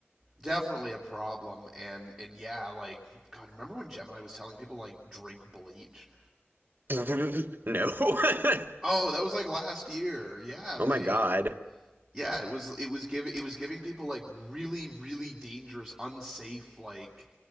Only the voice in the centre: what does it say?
definitely a problem and and yeah like god remember when gemini was telling people like drink bleach
oh that was like last year yeah they
yeah it was it was give it was giving people like really really dangerous unsafe like